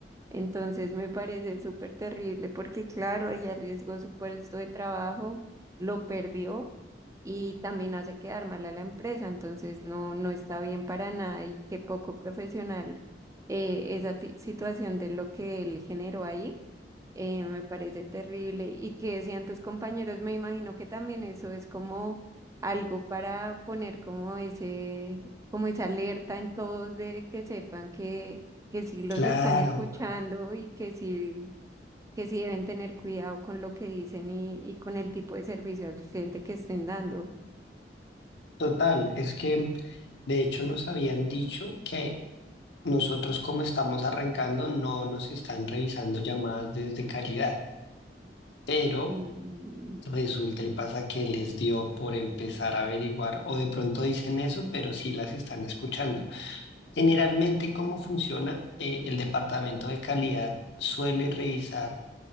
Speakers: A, on the right; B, on the left.
A: Entonces me parece súper terrible porque claro, ahí arriesgó su puesto de trabajo, lo perdió y también hace quedar mal a la empresa, entonces no, no está bien para nada y qué poco profesional eh, esa ti- situación de lo que él generó ahí eh, me parece terrible. Y que decían tus compañeros, me imagino que también eso es como algo para poner como ese, como esa alerta en todos de que sepan que, que sí los
B: Claro,
A: están escuchando y que sí, que sí deben tener cuidado con lo que dicen y, y con el tipo de servicio al cliente que estén dando.
B: total, es que de hecho nos habían dicho que nosotros como estamos arrancando no nos están revisando llamadas desde calidad, pero
A: Mm,
B: Resulta y pasa que les dio por empezar a averiguar o de pronto dicen eso, pero sí las están escuchando. Generalmente, ¿cómo funciona? Eh, el departamento de calidad suele revisar,